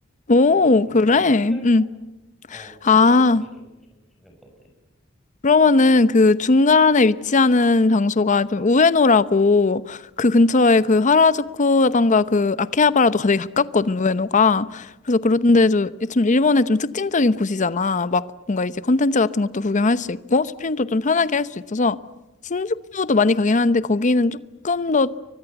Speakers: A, on the left; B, in the centre.
A: 오,
B: 그래서
A: 그래?
B: 청결도?
A: 음.
B: 어,
A: 아.
B: 청결도가 좀, 좀 중요할 것 같아.
A: 그러면은 그 중간에 위치하는 장소가 좀 우에노라고 그 근처에 그 하라주쿠라던가 그 아케하바라도 되게 가깝거든, 우에노가. 그래서 그런데도 좀 일본의 좀 특징적인 곳이잖아. 막 뭔가 이제 컨텐츠 같은 것도 구경할 수 있고 쇼핑도 좀 편하게 할 수 있어서 신주쿠도 많이 가긴 하는데 거기는 조금 더